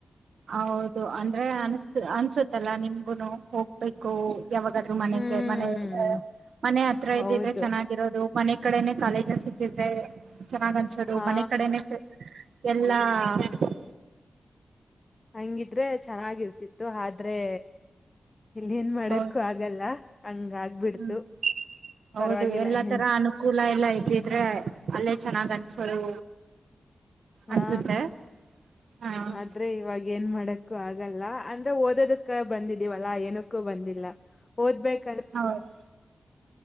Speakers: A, on the right (about 85°); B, on the left (about 35°).
A: ಹೌದು ಅಂದ್ರೆ ಅನ್ಸ್ ಅನ್ಸುತ್ತಲ್ಲಾ ನಿಮ್ಗುನು ಹೋಗ್ಬೇಕು. ಯಾವಾಗಾದ್ರು ಮನೆಗೆ
B: ಹ್ಮ್
A: ಮನೆ ಮನೆ ಹತ್ರ
B: ಹೌದು
A: ಇದ್ದಿದ್ರೆ ಚೆನ್ನಾಗಿರೋದು. ಮನೆ ಕಡೆನೇ ಕಾಲೇಜಸ ಸಿಕ್ಕಿದ್ರೆ ಚೆನ್ನಾಗ್ ಅನ್ಸೋದು
B: ಹಾ
A: ಮನೆ ಕಡೆನೆೇ ಎಲ್ಲಾ. ಹ.
B: ಹಂಗಿದ್ರೆ ಚೆನ್ನಾಗಿರ್ತಿತ್ತು ಆದ್ರೆ. ಇಲ್ಲ ಏನ್ ಮಾಡಕ್ಕ
A: ಹೌದು
B: ಆಗಲ್ಲ ಹಂಗ ಆಗ್ಬಿಡ್ತು.
A: ಹ್ಮ್ ಹೌದು
B: ಪರವಾಗಿಲ್ಲ
A: ಎಲ್ಲಾ ತರ
B: ಏನ್
A: ಅನುಕೂಲ ಎಲ್ಲ ಇದ್ದಿದ್ರೆ. ಅಲ್ಲೇ ಚೆನ್ನಾಗ್ ಅನ್ಸೋದು
B: ಹಾ
A: ಅನ್ಸುತ್ತೆ. ಹಾ
B: ಆದ್ರೆ ಇವಾಗ ಏನ್ ಮಾಡಕ್ಕು ಆಗಲ್ಲ ಅಂದ್ರೆ ಓದೋದಕ್ಕ. ಬಂದಿದೀವಲ್ಲಾ ಏನಕ್ಕೂ ಬಂದಿಲ್ಲ ಓದ್ಬೇಕು.
A: ಹೌದು.